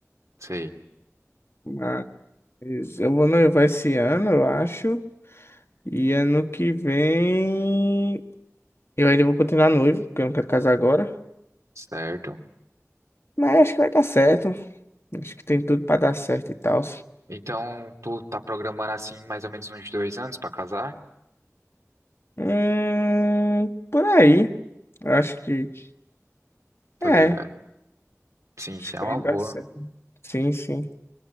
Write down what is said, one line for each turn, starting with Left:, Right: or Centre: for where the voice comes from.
Right: Sei.
Left: Mas eu vou noivar esse ano, eu acho. E ano que vem eu ainda vou continuar noivo, porque eu não quero casar agora.
Right: Certo.
Left: Mas acho que vai dar certo. Acho que tem tudo pra dar certo e tal.
Right: Então, tu tá programando assim mais ou menos uns dois anos pra casar?
Left: Hum, por aí. Acho que
Right: Tô
Left: é.
Right: ligado. Sim,
Left: Acho
Right: sim,
Left: que
Right: é uma
Left: vai dar
Right: boa.
Left: certo. Sim, sim.